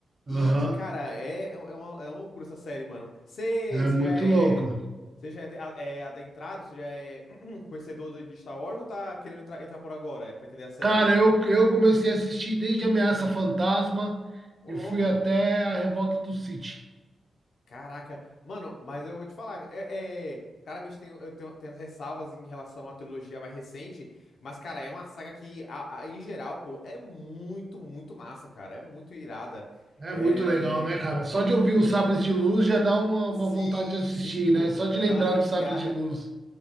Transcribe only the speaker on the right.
Aham,
é muito
louco.
Cara, eu, eu comecei a assistir desde Ameaça Fantasma
e
fui até a Revolta do Sith.
É
muito legal, né, cara? Só de ouvir
os Sabres
de Luz já dá uma, uma
vontade de assistir,
né? Só de
lembrar
dos Sabres de Luz.